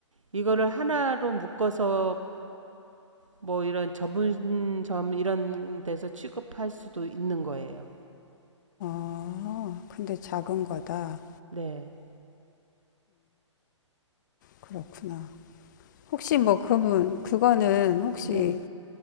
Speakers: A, on the right (about 80°); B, on the left (about 35°).
A: 이거를 하나로 묶어서 뭐 이런 전문점 이런 데서 취급할 수도 있는 거예요.
B: 아, 근데 작은 거다.
A: 네.
B: 그렇구나. 혹시 뭐 그분, 그거는 혹시
A: 네.